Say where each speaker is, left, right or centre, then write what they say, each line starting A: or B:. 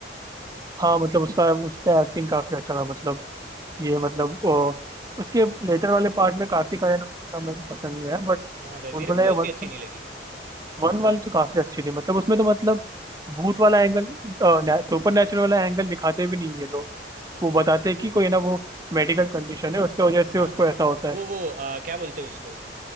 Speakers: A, on the right; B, on the right.
A: हाँ मतलब उसका उस पर एक्टिंग काफी अच्छा था मतलब ये मतलब ओ, उसके लेटर वाले पार्ट में कार्तिक आर्यन का मेरे को पसंद नहीं आया बट
B: हाँ भाई
A: भूलभुलैया
B: मेरे को भी उतनी
A: वन
B: अच्छी
A: तो
B: नहीं लगी
A: वन वाली तो काफी अच्छी थी मतलब उसमें तो मतलब भूत वाला एंगल सुपर नेचुरल वाला एंगल दिखाते भी नहीं ये लोग वो
B: हाँ
A: बताते हैं कि
B: हाँ
A: कोई ना वो मेडिकल कंडीशन है उसके वजह से
B: हाँ
A: उसको
B: हाँ
A: ऐसा होता
B: वो
A: है
B: वो अ, क्या बोलते हैं उसको